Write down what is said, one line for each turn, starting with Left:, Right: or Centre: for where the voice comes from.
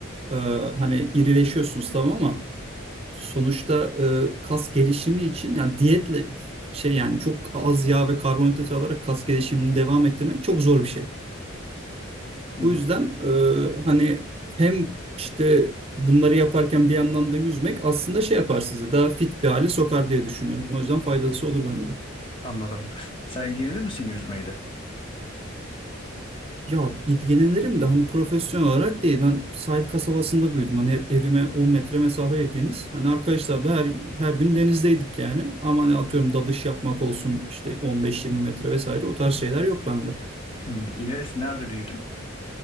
Right: Ee, hani irileşiyorsunuz tamam ama sonuçta e, kas gelişimi için yani diyetle şey yani çok az yağ ve karbonhidrat alarak kas gelişimini devam ettirmek çok zor bir şey.
Left: Hı,
Right: Bu yüzden e, hani hem işte bunları yaparken bir yandan da yüzmek aslında şey yapar sizi daha fit bir hale sokar diye düşünüyorum. O yüzden faydası olur bence.
Left: anladım. Sen ilgilenir misin yüzmeyle?
Right: Ya ilgilenirim de hani profesyonel olarak değil. Ben sahil kasabasında büyüdüm. Hani hep evime 10 metre mesafe deniz. Hani arkadaşlarla her her gün denizdeydik yani. Ama hani atıyorum dalış yapmak olsun işte 15-20 metre vesaire o tarz şeyler yok bende.
Left: Hı, neresi, nerede büyüdün?